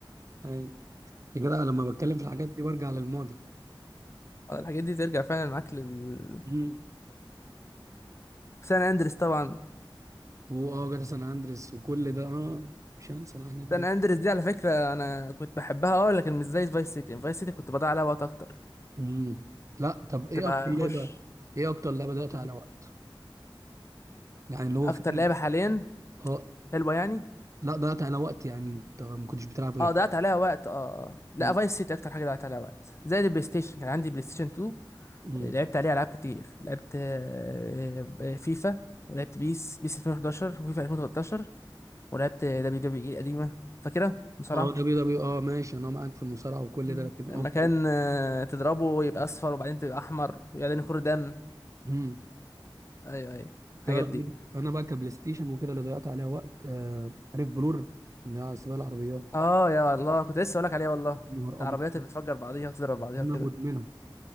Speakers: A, on the right; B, on the left.
A: اي يا جدع لما بتكلم في الحاجات
B: مم.
A: دي برجع للماضي
B: آه، الحاجات دي ترجع فعلا معاك للسنين
A: امم
B: سان اندريس طبعا
A: واه جدع سان اندريس وكل ده اه مش هنسى الحاجات دي
B: سان اندريس دي على فكرة انا كنت بحبها اه لكن مش زي فايس سيتي يعني فايس سيتي كنت بضيع عليها وقت اكتر
A: امم لا طب
B: كنت
A: ايه
B: بخش
A: اكتر لعبه ايه اكتر لعبه ضيعت
B: مم.
A: على وقت يعني اللي هو
B: اكتر
A: فعلا
B: لعبة حاليا
A: اه
B: حلوة يعني
A: لا ضيعت على وقت يعني انت ما كنتش بتلعب غير
B: اه ضيعت عليها وقت اه آه. آه. لا
A: امم
B: فايس سيتي اكتر حاجة ضيعت عليها وقت زائد البلاي ستيشن كان عندي بلاي ستيشن 2
A: امم
B: لعبت عليه العاب كتير لعبت آه، آه، فيفا ولعبت بيس بيس 2011 وفيفا 2013 ولعبت دبليو دبليو اي القديمة فاكرها بصراحة
A: اه دبليو دبليو اه ماشي انا معاك في المصارعه وكل
B: مم.
A: ده لكن
B: لما
A: اه
B: كان آه، تضربه يبقى اصفر وبعدين تبقى احمر وبعدين يخر دم
A: امم
B: ايوه ايوه الحاجات
A: تعرف
B: دي
A: انا بقى كبلاي ستيشن وكده اللي ضيعت عليها وقت آه عارف بلور اللي هي سباق العربيات
B: اه يا الله كنت لسه اقولك عليها والله
A: يا نهار
B: العربيات
A: ابيض
B: اللي بتفجر بعضيها وتضرب بعضيها
A: انا
B: وكده
A: مدمنها